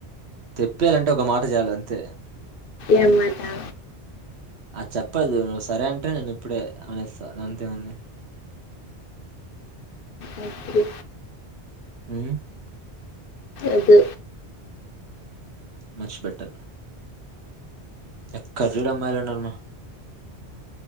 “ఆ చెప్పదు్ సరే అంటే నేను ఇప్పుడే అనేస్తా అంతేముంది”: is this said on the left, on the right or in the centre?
Right